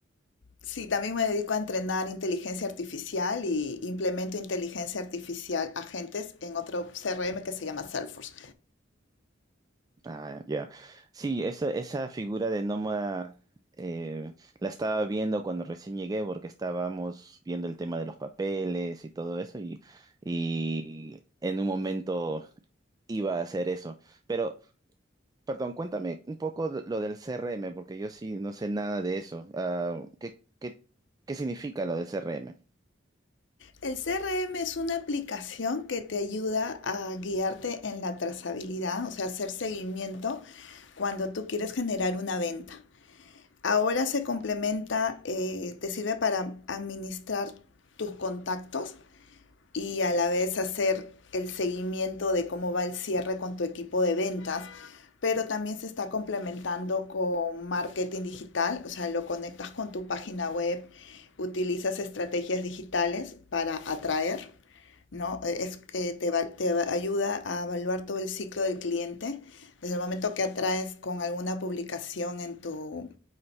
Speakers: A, on the left (about 70°); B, on the right (about 20°).
A: sí, también me dedico a entrenar inteligencia artificial y implemento inteligencia artificial agentes en otro CRM que se llama Salesforce.
B: Ah, ya. Sí, esa, esa figura de nómada eh, la estaba viendo cuando recién llegué porque estábamos viendo el tema de los papeles y todo eso y, y en un momento iba a hacer eso. Pero, perdón, cuéntame un poco lo lo del CRM porque yo sí no sé nada de eso. Ah, ¿qué, qué, qué significa lo del CRM?
A: El CRM es una aplicación que te ayuda a guiarte en la trazabilidad, o sea, hacer seguimiento cuando tú quieres generar una venta. Ahora se complementa, eh, te sirve para administrar tus contactos y a la vez hacer el seguimiento de cómo va el cierre con tu equipo de ventas, pero también se está complementando con marketing digital, o sea, lo conectas con tu página web, utilizas estrategias digitales para atraer, ¿no? Es, eh, te, va, te ayuda a evaluar todo el ciclo del cliente, desde el momento que atraes con alguna publicación en tu,